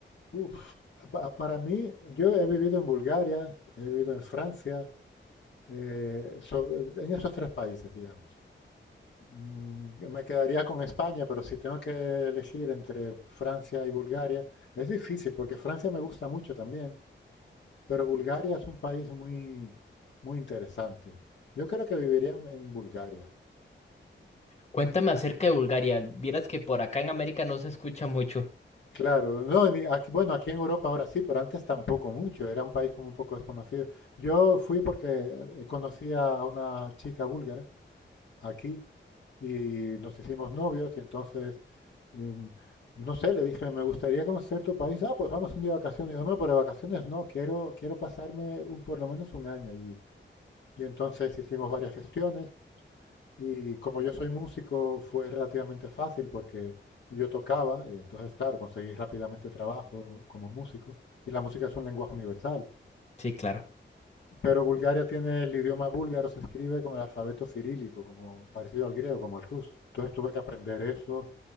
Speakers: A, on the left; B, on the left.
A: Uf, pa- para mí, yo he vivido en Bulgaria, he vivido en Francia, eh, so- en esos tres países, digamos. Mm, Me quedaría con España, pero si tengo que elegir entre Francia y Bulgaria, es difícil porque Francia me gusta mucho también, pero Bulgaria es un país muy, muy interesante. Yo creo que viviría en, en Bulgaria.
B: Cuéntame acerca de Bulgaria. Vieras que por acá en América no se escucha mucho.
A: Claro, no, ni aquí, bueno, aquí en Europa ahora sí, pero antes tampoco mucho, era un país como un poco desconocido. Yo fui porque eh, conocí a una chica búlgara aquí y nos hicimos novios y entonces, em, no sé, le dije, me gustaría conocer tu país. Ah, pues vamos un día de vacaciones. Digo, no, pero de vacaciones no, quiero, quiero pasarme un, por lo menos un año allí. Y entonces hicimos varias gestiones y como yo soy músico fue relativamente fácil porque yo tocaba y entonces, claro, conseguí rápidamente trabajo como músico. Y la música es un lenguaje universal.
B: Sí, claro.
A: Pero Bulgaria tiene el idioma búlgaro, se escribe con el alfabeto cirílico, como parecido al griego, como el ruso. Entonces tuve que aprender eso